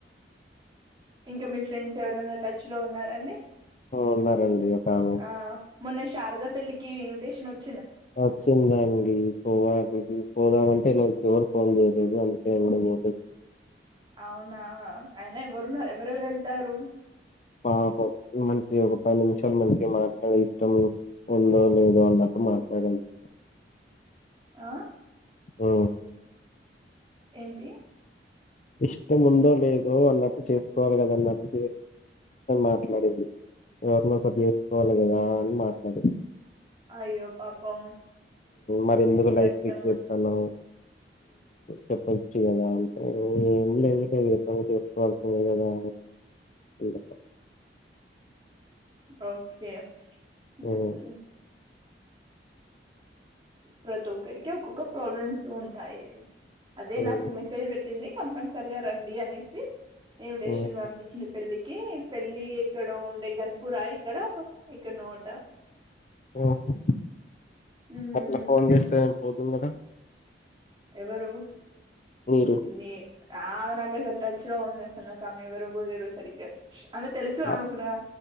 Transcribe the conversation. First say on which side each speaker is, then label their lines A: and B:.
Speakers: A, on the right; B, on the left.
A: ఇంకా మీ ఫ్రెండ్స్ ఎవరైన్నా టచ్ లో ఉన్నారండి
B: ఉన్నారండి ఒకామె.
A: ఆ మొన్న శారదా పెళ్లికి ఇన్విటేషన్ వచ్చ
B: వచ్చిందాండి పోవాలి పోదామంటే నాకు ఎవరు ఫోన్ చేయలేదు అందుకే నేను కూడా పోలేదు
A: అవునా అయినా ఎవరు ఉనారు ఎవరెవ తరూ
B: పాపం మనకి ఒక పది నిమిషాలు మనకి మాట్లాడే ఇష్టం ఉందో లేదో అన్నట్టు మాట్లాడింద్
A: ఆ
B: ఓ
A: ఏంటి
B: ఇష్టం ఉందో లేదో అన్నట్టు చేసుకోవాలి కదన్నట్టు మాట్లాడింది ఎవరినో ఒకరిని చేసుకోవాలి కదా అ మాట్లాడింది
A: అయ్యో పాపం
B: మరి ఎందుకు
A: ఎంత
B: లైఫ్
A: కష్టం
B: వీక్ చెస్తాన్నవ్
A: వచ్
B: చెప్పద్ చేయదామ్ ఇందులే ఎందుంటే అది పని చేసుకోవాల్సిందె కదా అ
A: ఓకే మ్
B: ఉమ్,
A: ప్రతి ఒక్కరికి ఒక్కొక్క ప్రాబ్లమ్స్ ఉంటాయి అదే
B: ఉమ్,
A: నాకు మెసేజ్ పెట్ ఇంది కంపల్సరిగా రండి అనేసి ఇన్విటేషన్
B: ఉమ్,
A: పంపించింది పెళ్లిక్ కీ పెళ్ళి ఇక్కడ ఉండే గన్పూరా ఇక్కడ ఎక్కడ నోట
B: ఓహొ
A: మ్మ్
B: అట్లా ఫోన్ చేస్తే పోతుంది కదా
A: ఎవరూ
B: మీరు
A: నే ఆమె నాక్ అసల్ టచ్ లో ఉంద అసల్ నాకామె ఎవరో గుడ తెల్వద్ సరిగ్గ అమె తెలిసు ఆమకు
B: అ-
A: నా